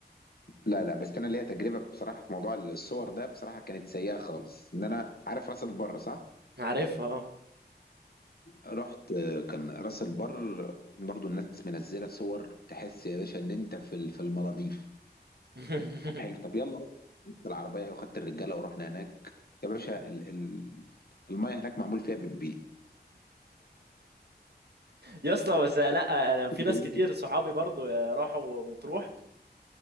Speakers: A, on the left (about 65°); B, on the right (about 70°).
A: لا لا بس انا ليا تجربه بصراحه في موضوع الصور ده بصراحه كانت سيئه خالص ان انا عارف راس البر صح؟
B: عارفها آه.
A: رحت كان راس البر برضو الناس منزله صور تحس يا باشا ان انت في ال- في المالديف
B: <laughs>
A: طب حلو طب يلا رحت العربيه وخدت الرجاله ورحنا هناك يا باشا ال- ال- الميه هناك معمول فيها بالبيت
B: يا اسطى بس لا انا في ناس
A: بالله
B: كتير صحابي برضو راحوا مطروح